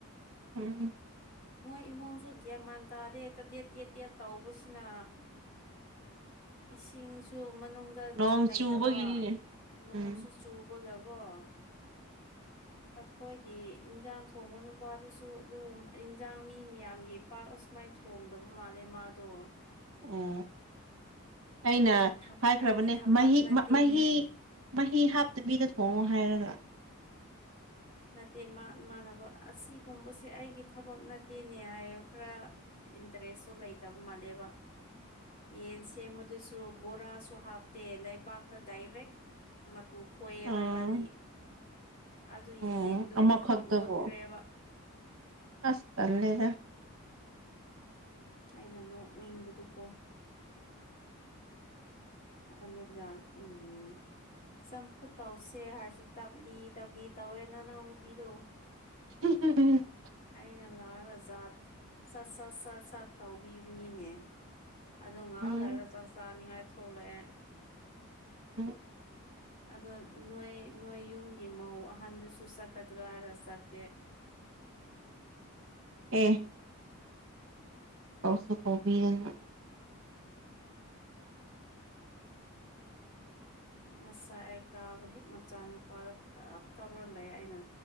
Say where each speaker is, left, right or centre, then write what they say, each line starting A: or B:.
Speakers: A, on the right (about 65°); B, on the left (about 35°).
A: ꯎꯝ <unintelligible>
B: ꯃꯣꯏ ꯏꯃꯨꯡꯁꯨ ꯒ꯭ꯌꯥ ꯃꯥꯟ ꯇꯥꯔꯦ ꯇꯦꯠ ꯇꯦꯠ ꯇꯦ ꯇꯧꯕꯁꯤꯅ ꯏꯁꯤꯡꯁꯨ ꯃꯅꯨꯡ
A: ꯅꯣꯡ
B: ꯂꯩꯗꯕ
A: ꯆꯨꯕꯒꯤꯅꯤꯅꯦ
B: ꯅꯣꯡꯁꯨ
A: ꯎꯝ
B: ꯆꯨꯕꯒꯀꯣ
A: <inaudible>
B: ꯑꯩꯈꯣꯏꯒꯤ ꯏꯟꯖꯥꯡ ꯊꯣꯡꯕ ꯅꯨꯄꯥꯗꯨꯁꯨ ꯑꯗꯨ ꯏꯟꯖꯥꯡ ꯃꯤ ꯃꯌꯥꯝꯒꯤ ꯄꯥꯛ ꯑꯁꯨꯃꯥꯏ ꯊꯣꯡꯗꯕ ꯃꯥꯜꯂꯦ ꯃꯥꯗꯣ
A: ꯑꯣ ꯑꯩꯅ
B: ꯑꯩꯒꯤ
A: ꯍꯥꯏꯈ꯭ꯔꯕꯅꯦ
B: ꯑꯩꯒꯤ ꯊꯕꯛ
A: ꯃꯍꯤ
B: ꯅꯠꯇꯦꯅꯦ
A: ꯃ ꯃꯍꯤ ꯃꯍꯤ ꯍꯥꯞꯇꯕꯤꯗ ꯊꯣꯡꯉꯣ ꯍꯥꯏꯔꯒ
B: ꯅꯠꯇꯦ ꯃꯥ ꯃꯥꯅꯒꯣ ꯑꯁꯤꯒꯨꯝꯕꯁꯦ ꯑꯩꯒꯤ ꯊꯕꯛ ꯅꯠꯇꯦꯅꯦ ꯍꯥꯏꯌꯦ ꯈꯔ ꯏꯟꯇꯔꯦꯁꯣ ꯂꯩꯇꯕ ꯃꯥꯜꯂꯦꯕ ꯌꯦꯟ ꯁꯦꯝꯕꯗꯨꯁꯨ ꯕꯣꯔꯥꯁꯨ ꯍꯥꯞꯇꯦ ꯂꯩꯕꯥꯛꯇ ꯗꯥꯏꯔꯦꯛ ꯃꯥꯇꯨ ꯐꯣꯏꯌꯦ
A: ꯑꯣ
B: ꯏꯕꯥꯅꯤ ꯑꯗꯨ
A: ꯑꯣ
B: ꯌꯦꯟꯗꯣ
A: ꯑꯃꯈꯛꯇꯕꯨ
B: ꯏꯃꯣꯠ ꯃꯣꯠꯈ꯭ꯔꯦꯕ
A: ꯑꯁ ꯇꯜꯂꯦꯗ
B: ꯑꯩꯅꯥ ꯅꯣꯛꯅꯤꯡꯕꯗꯨ ꯀꯣ ꯎꯝ ꯆꯝꯐꯨꯠ ꯇꯧꯁꯦ ꯍꯥꯏꯔꯁꯨ ꯇꯞꯂꯤ ꯇꯞꯂꯤ ꯇꯧꯋꯦ ꯅꯅꯥꯎꯅꯨꯄꯤꯗꯣ
A: <unintelligible>
B: ꯑꯩꯅ ꯂꯥꯛꯔꯖꯥꯠ ꯁꯠ ꯁꯠ ꯁꯠ ꯁꯠ ꯇꯧꯕꯤꯕꯅꯤꯅꯦ ꯑꯗꯣ ꯉꯥꯏꯍꯥꯛ
A: ꯎꯝ
B: ꯂꯩꯒ ꯆꯥꯛ ꯆꯥꯅꯤꯡꯉꯥꯏ ꯊꯣꯛꯂꯛꯑꯦ
A: ꯎꯝ
B: ꯑꯗꯣ ꯅꯣꯏ ꯅꯣꯏ ꯌꯨꯝꯒꯤ ꯃꯧ ꯑꯍꯟꯗꯨꯁꯨ ꯆꯠꯀꯗ꯭ꯔꯥ ꯍꯥꯏꯔ ꯆꯠꯇꯦ
A: ꯑꯦ ꯀꯧꯁꯨ ꯀꯧꯕꯤꯗꯅ
B: ꯉꯁꯥꯏ ꯑꯩ ꯀꯥꯕ ꯍꯦꯛ ꯃꯆꯥꯅꯨꯄꯥꯗ ꯀꯞ ꯀꯥꯞꯔ ꯂꯩ ꯑꯩꯅ